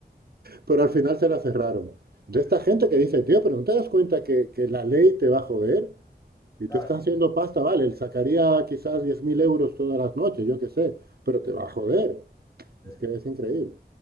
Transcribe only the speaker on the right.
Pero al final se la cerraron. De esta gente
que dice, tío, pero ¿no te das cuenta que, que la ley te va a joder? Y
tú estás haciendo
pasta, vale, él sacaría quizás 10.000 euros todas las noches, yo qué sé, pero te
va a joder.
Es que es increíble.